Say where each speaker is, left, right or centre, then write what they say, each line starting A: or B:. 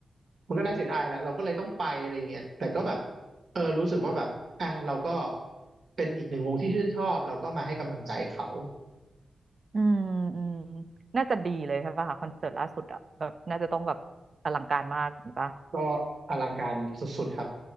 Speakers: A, on the right; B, on the right.
A: มันก็น่าเสียดายแหละเราก็เลยต้องไปอะไรเงี้ยแต่ก็แบบเออรู้สึกว่าแบบอ่ะเราก็เป็นอีกหนึ่งวงที่ชื่นชอบเราก็มาให้กำลังใจเขา
B: อืมอืมน่าจะดีเลยใช่ป่ะคะคอนเสิร์ตล่าสุดอะแบบน่าจะต้องแบบอลังการมากหช่อปะ
A: ก็อลังการสุดๆครับ